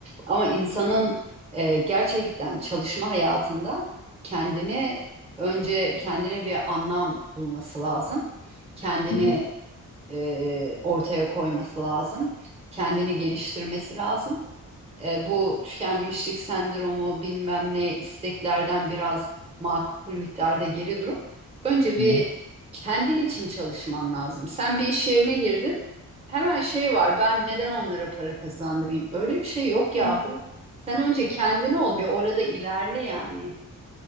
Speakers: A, on the right (about 20°); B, on the left (about 85°).
A: Ama insanın e, gerçekten çalışma hayatında kendini önce kendine bir anlam bulması lazım. Kendini
B: Hı hı,
A: e, ortaya koyması lazım. Kendini geliştirmesi lazım. E, bu tükenmişlik sendromu bilmem ne isteklerden biraz makul miktarda geri durup önce
B: hı
A: bir
B: hı,
A: kendin için çalışman lazım. Sen bir iş yerine girdin. Hemen şey var. Ben neden onlara para kazandırayım? Öyle bir şey yok yahu.
B: hı.
A: Sen önce kendin ol bir orada ilerle yani.